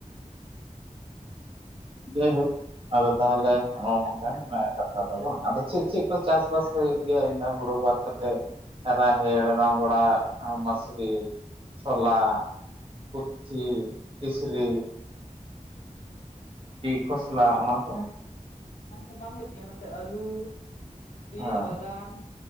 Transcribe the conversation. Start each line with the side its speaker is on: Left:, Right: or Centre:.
Right: ᱡᱟᱭᱦᱳᱠ ᱟᱫᱚ ᱛᱟᱦᱚᱞᱮ ᱱᱚᱜ-ᱚ ᱱᱚᱝᱠᱟ ᱠᱟᱛᱷᱟ ᱫᱚ ᱵᱟᱝ ᱟᱫᱚ ᱪᱮᱫ ᱪᱮᱫ ᱠᱚ ᱪᱟᱥᱵᱟᱥ ᱦᱩᱭᱩᱜ ᱜᱮᱭᱟ ᱤᱱᱟᱹ ᱦᱩᱲᱩ ᱵᱟᱫ ᱠᱟᱛᱮᱜ ᱨᱟᱦᱮᱲ ᱨᱟᱸᱵᱲᱟ ᱟᱨ ᱢᱟᱥᱨᱤ ᱪᱷᱚᱞᱟ ᱠᱩᱪᱷᱤ ᱠᱤᱥᱨᱤ
Left: ᱚᱱᱟ ᱠᱚᱫᱚ
Right: ᱠᱷᱚᱥᱞᱟ
Left: ᱵᱟᱝ ᱦᱩᱭᱩᱜ
Right: ᱚᱱᱟ
Left: ᱜᱮᱭᱟ
Right: ᱠᱚ
Left: ᱚᱱᱟ ᱠᱚᱫᱚ ᱵᱟᱝ ᱦᱩᱭᱩᱜ ᱜᱮᱭᱟ ᱱᱚᱛᱮ ᱟᱹᱞᱩ
Right: ᱦᱮᱸ
Left: ᱛᱤᱞ ᱵᱟᱫᱟᱢ